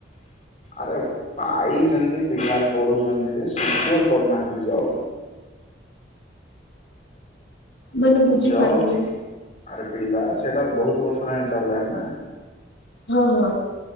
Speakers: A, on the left; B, on the left.
A: ଆରେ ପାଇଛନ୍ତି ପିଲା ପଢୁଛନ୍ତି ଯେ ସିକର କରୁନାହାନ୍ତି ଜବ୍।
B: ମାନେ ବୁଝିପାରିଲିନି।
A: ଜବ୍ ଆରେ ପିଲା ସେଟା ବୋହୁତ୍ ବର୍ଷ ହେଲାଣି ଚାଲିଲାଣି ନା
B: ହଁ -ହଁ।